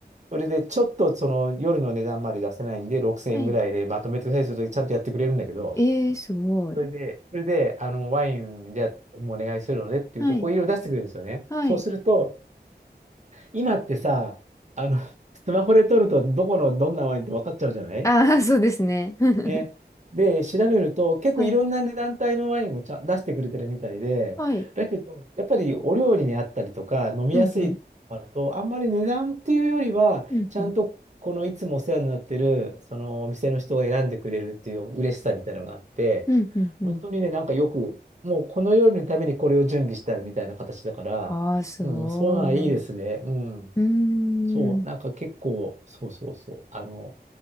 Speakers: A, on the right; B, on the left.
A: それで、ちょっと、その、夜の値段まで出せないんで、6000円ぐらいでまとめてくださいすると、
B: はい。
A: ちゃんとやってくれるんだけど、
B: えー、すごい。
A: それで、それで、あの、ワイン、じゃあ、もお願いするのでって言うと、
B: はい。
A: こういろいろ出してくれるんですよね。
B: はい。
A: そうすると、今ってさ、あの、スマホで撮ると、どこの、どんなワインって分かっちゃうじゃない
B: ああ、そうですね。<laughs>
A: ね。で、調べると、結構いろんな、
B: はい。
A: ね、団体のワインもちゃん出してくれてるみたいで、
B: はい。
A: だけど、やっぱりお料理にあったりとか、飲みやすいのがあると、
B: うん、うん。
A: あんまり値段っていうよりは、
B: うん、
A: ちゃんとこのいつもお世話になってる、
B: うん。
A: そのお店の人が選んでくれるっていう嬉しさみたいなのがあって、
B: うん、うん、うん。
A: 本当にね、なんかよく、もうこの料理のためにこれを準備してあるみたいな形だから、
B: ああ、すごい。
A: うん、そうなうはいいですね。うん。
B: うーん。
A: そう、なんか結構、そうそうそう、あの、